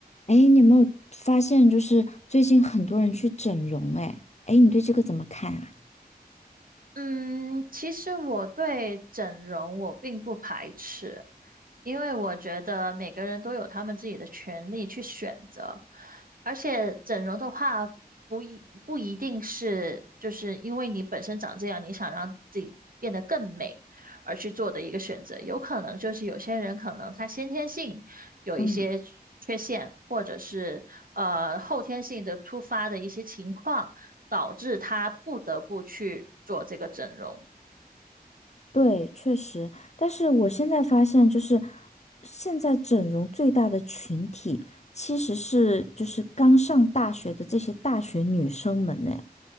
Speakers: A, on the left; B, on the right.
A: 哎，你有没有发现，就是最近很多人去整容？哎，哎，你对这个怎么看啊？
B: 嗯，其实我对整容我并不排斥，因为我觉得每个人都有他们自己的权利去选择，而且整容的话不一不一定是就是因为你本身长这样，你想让自己变得更美而去做的一个选择，有可能就是有些人可能他先天性有一些缺陷，
A: 嗯，
B: 或者是呃后天性的突发的一些情况。导致他不得不去做这个整容。
A: 对，确实，但是我现在发现，就是现在整容最大的群体，其实是就是刚上大学的这些大学女生们呢。